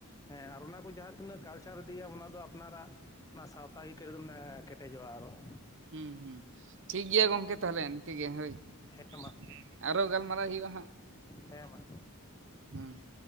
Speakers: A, on the left; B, on the right.
A: ᱦᱮᱸ ᱟᱨ ᱚᱱᱟ ᱠᱚ ᱡᱟᱦᱟᱸ ᱛᱤᱱᱟᱹᱜ ᱠᱟᱞᱪᱟᱨ ᱤᱫᱤᱭᱟᱢ ᱚᱱᱟ ᱫᱚ ᱟᱯᱱᱟᱨᱟᱜ ᱚᱱᱟ ᱥᱟᱶᱛᱟ ᱜᱮ <inaudible> ᱫᱚ ᱢᱟᱱᱮ ᱠᱮᱴᱮᱡᱚᱜ-ᱟ ᱟᱨᱦᱚ ᱾
B: ᱦᱩᱸ ᱦᱩᱸ ᱴᱷᱤᱠ ᱜᱮᱭᱟ ᱜᱚᱝᱠᱮ ᱛᱟᱦᱞᱮ ᱤᱱᱠᱟᱹ ᱜᱮ ᱦᱳᱭ
A: ᱦᱮᱸ
B: ᱾
A: ᱢᱟ
B: ᱟᱨᱚ ᱜᱟᱞᱢᱟᱨᱟᱣ ᱦᱩᱭᱩᱜ-ᱟ ᱦᱟᱸᱜ,
A: ᱦᱮᱸ ᱢᱟ
B: ᱦᱩᱸ ᱾